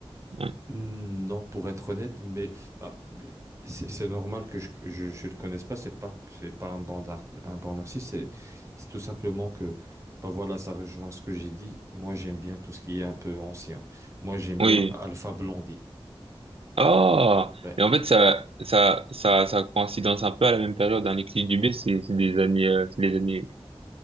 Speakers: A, on the right; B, on the right.
A: ouais.
B: Non, pour être honnête, mais bah, mais c'est c'est normal que je je, je le connaisse pas. C'est pas que c'est pas un bon d'ar- un bon artiste. C'est c'est tout simplement que bah voilà, ça rejoint ce que j'ai dit. Moi, j'aime bien tout ce qui est un peu ancien. Moi, j'aime bien
A: Oui.
B: Alpha Blondy.
A: Oh,
B: Ouais.
A: mais en fait, ça, ça, ça, ça coïncidence un peu à la même période. Hein. Les clips du B, c'est c'est des années, euh, c'est les années